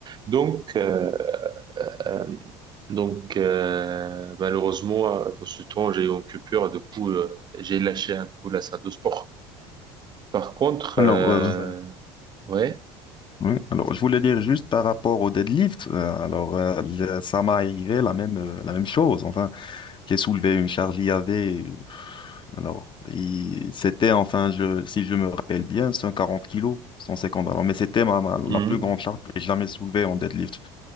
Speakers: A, on the right; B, on the left.
A: Donc, euh, euh, donc euh, malheureusement, euh, dans ce temps, j'ai eu une coupure. Du coup, euh, j'ai lâché un peu la salle de sport. Par contre,
B: Alors,
A: euh,
B: euh,
A: ouais.
B: Oui, alors je voulais dire juste par rapport au deadlift, euh, alors euh, je- ça m'est arrivé la même euh, la même chose. Enfin, j'ai soulevé une charge IAV. euh, Alors il- c'était enfin je si je me rappelle bien 140 kilos, 150. Alors mais c'était ma, ma- la
A: Mhm.
B: plus grande charge que j'ai jamais soulevée en deadlift.